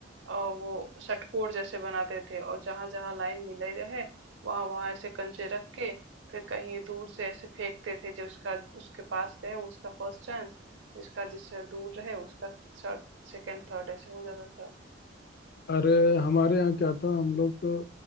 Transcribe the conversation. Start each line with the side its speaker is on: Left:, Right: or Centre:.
Right: और वो षटकोर जैसे बनाते थे और जहां जहां लाइन मिले रहे वहां वहां ऐसे कंचे रख के फिर कहीं दूर से ऐसे फेंकते थे जो उसका उसके पास रहे उसका फर्स्ट चांस जिसका जिससे दूर रहे उसका थर्ड सेकंड थर्ड ऐसे हो जाता था
Left: अरे हमारे यहाँ क्या था हम लोग तो